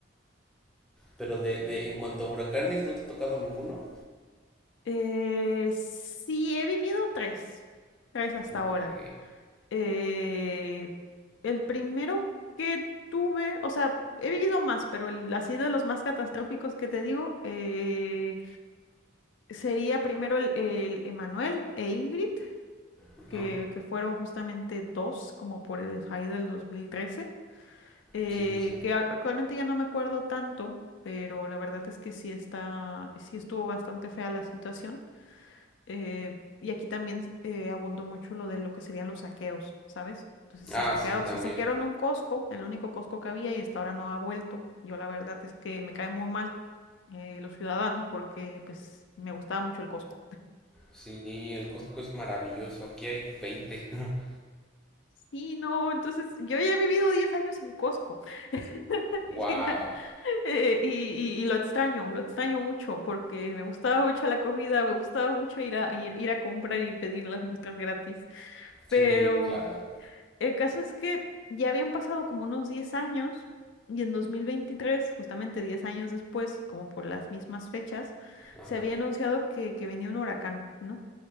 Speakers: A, in the centre; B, on the left (about 70°).
A: Pero de, de en cuanto a huracanes, ¿no te ha tocado ninguno?
B: Eh, sí, he vivido tres, tres hasta
A: Ok.
B: ahora. Eh, el primero que tuve, o sea, he vivido más, pero el, así de los más catastróficos que te digo, eh, Sería primero el, el Emanuel e Ingrid,
A: Ajá.
B: que, que fueron justamente dos, como por el high del 2013, eh,
A: Sí, sí, sí.
B: que ac- actualmente ya no me acuerdo tanto, pero la verdad es que sí está, sí estuvo bastante fea la situación. eh, y aquí también eh, abundó mucho lo de lo que serían los saqueos, ¿sabes? Entonces se
A: Ah,
B: saquearon,
A: sí, también.
B: se saquearon un Costco, el único Costco que había y hasta ahora no ha vuelto. Yo la verdad es que me cae muy mal eh, los ciudadanos porque pues me gustaba mucho el Costco.
A: Sí, el Costco es maravilloso. Aquí hay veinte <laughs>
B: Sí, no, entonces yo ya he vivido 10 años sin Costco <laughs> y,
A: Wow.
B: la- eh, y, y- y lo extraño, lo extraño mucho porque me gustaba mucho la comida, me gustaba mucho ir a, ir, ir a comprar y pedir las muestras gratis.
A: Sí,
B: Pero
A: claro.
B: el caso es que ya habían pasado como unos 10 años y en 2023, justamente 10 años después, como por las mismas fechas,
A: Ajá.
B: se había anunciado que, que venía un huracán, ¿no?